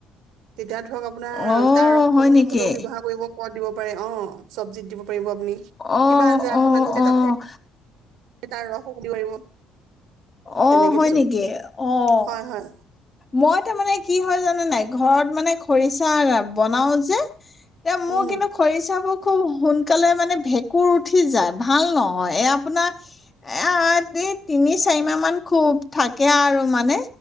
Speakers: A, on the right; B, on the left.
A: তেতিয়া ধৰক আপোনাৰ
B: অ
A: তাৰ ৰসকণ
B: হয় নেকি
A: ন হ'লেও ব্যৱহাৰ কৰিব দিব পাৰে অ', চব্জিত দিব। পাৰিব আপুনি
B: অ',
A: কিবা আঞ্জা এখন
B: অ',
A: ৰান্ধিলে
B: অ'।
A: তাত তাৰ ৰসো বুলি <unintelligible> পাৰিব।
B: অ',
A: তেনেকে
B: হয়,
A: থৈছো
B: নেকি? অ'।
A: হয় হয়
B: মইত মানে কি হয়, জানে নে নাই ঘৰত মানে খৰিচা বনাও যে, এ মোৰ
A: উম
B: কিন্তু খৰিচাবোৰ খুব সোনকালে মানে ভেঁকুৰ উঠি যায়। ভাল ন অ', এয়া আপোনাৰ এ আ দি তিনি চাৰিমাহ মান খুব থাকে আৰু মানে